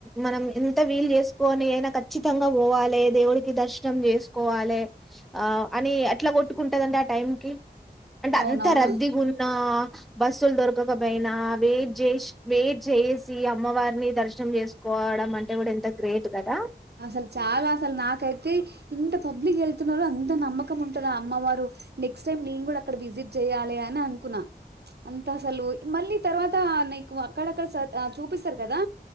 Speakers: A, in the centre; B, on the right.
A: మనం ఎంత వీలు చేసుకోని అయినా ఖచ్చితంగా పోవాలే దేవుడికి దర్శనం చేసుకోవాలే ఆ అని అట్లా కొట్టుకుంటందండి ఆ టైంకి అంటె
B: అవునవును
A: అంత రద్దిగా ఉన్నా బస్సులు దొరకకపోయినా వెయిట్ చేసి వెయిట్ చేసి అమ్మవారిని దర్శనం చేసుకోవడం అంటే దేవుడు ఎంత గ్రేట్ కదా
B: అసలు చాలా అసలు నాకైతే ఇంత పబ్లిక్ వెళ్తున్నారో అంత నమ్మకం ఉంటది ఆ అమ్మవారు నెక్స్ట్ టైం నేను కూడా అక్కడ విజిట్ చెయాలి అని అనుకున్నా అంత అసలు మళ్ళీ తర్వాత నీకు అక్కడక్కడ చూపిస్తారు కదా